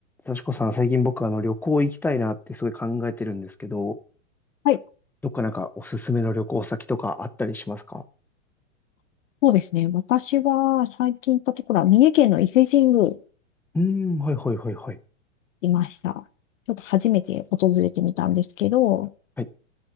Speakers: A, in the centre; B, on the left.
A: 幸子さん、最近僕、あの、旅行行きたいなってすごい考えてるんですけど、
B: はい、
A: どっかなんかおすすめの旅行先とかあったりしますか
B: そうですね。私は最近行ったところは、三重県の伊勢神宮
A: うーん、はいはいはいはい。
B: いました。ちょっと初めて訪れてみたんですけど、
A: はい。